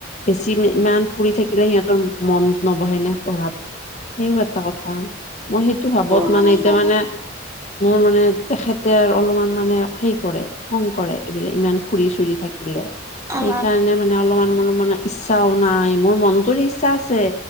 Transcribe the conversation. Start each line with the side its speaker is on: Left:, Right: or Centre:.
Left: বেছি ইমান ফুৰি থাকিলে সিহঁতৰ মন নবহে নে পঢ়াত সেইও এটা কথা মই সেইটো ভাবত
Right: হয়
Left: মানে এতিয়া
Right: বাৰু
Left: মানে মোৰ মানে তেখেতে আৰু অলপমান মানে হে কৰে খং কৰে এইবিলাক ইমান ফুৰি চুৰি থাকিলে সেইকাৰণে
Right: অ
Left: মানে অলপমান মোৰ মানে ইচ্ছাও নাই মোৰ মনটোৰ ইচ্ছা আছেঁ